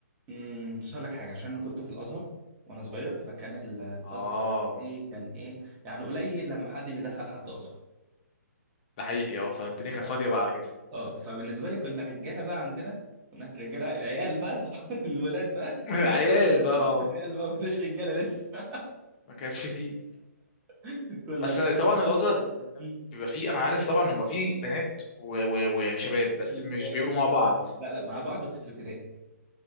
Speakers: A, on the right; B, on the left.
A: م، بص اقول لك حاجه عشان انا كنت في الازهر وانا صغير فكان ال- الازهر
B: اه
A: عندي كان ايه يعني قليل لما حد بيدخل حد ازهر
B: ده حقيقي اه فالدنيا كانت
A: اه
B: فاضية بقى على كده
A: اه فبالنسبه لي كنا رجاله بقى عندنا كنا رجاله العيال بقى صح <laughs> الولاد بقى
B: <laughs> عيال بقى
A: <laughs>
B: اه
A: العيال بقى ما كناش رجاله لسه
B: ما كانش فيه
A: <laughs> كنا
B: بس
A: بنعمل
B: طبعا الازهر
A: مم.
B: بيبقى فيه انا عارف طبعا إن بيبقى فيه بنات و- و- وشباب
A: في
B: بس
A: الابتدائي
B: مش بيبقوا
A: يلا
B: مع بعض
A: لا لا مع بعض بس في الابتدائي